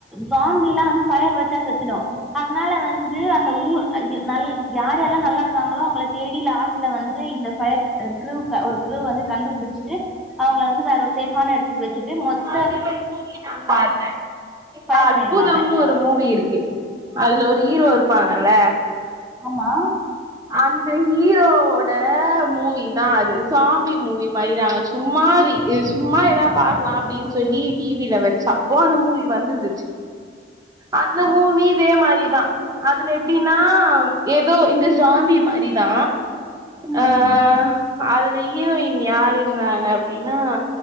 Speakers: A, in the centre; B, on the right.
A: சாம்பிலா வந் பயர் வச்சா செத்துடு அதனால வந்து அந்த ஊர் அய்யு நல் யார் யார்லா நல்லாருக்காங்களோ அவங்க தேடி லாஸ்ட்ல வந்து இந்த ஃபயர் அ க்ரூக்க ஒரு க்ரூ வந்து கண்டுபுடுச்ட்டு அவங்ள வந்து வேறொரு சே ஃபான எடத்துக் வச்சுட்டு மொத்
B: அதே மாரி மூவி நா பாத்தே இந்த
A: ஃபயர்
B: அற்புதம்னு
A: பண்ணிடுவாங்க
B: ஒரு மூவி இருக்கு அதுல ஒரு ஹீரோ இருப் ப்பாங்கல்ல
A: ஆமா
B: அந்த ஹீரோவோட மூவி தா அது சாம்பி மூவி மாதிதாங்க சும்மா ரி இத் சும்மா எதா பாக்லா அப்டின் சொல்லி டிவில வச்சா அப்போ அந்த மூவி வந்துருந்துச் அந்த மூவ்மீர் இதே மாரிதா அதுல எப்டின்னா ஏதோ இந்த சாம்பி மாரி தா
A: ம்
B: அ ஆஹ்
A: ஆமா.
B: அதுல ஹீரோயின் யாரு இருந்தாங்க அப்டினா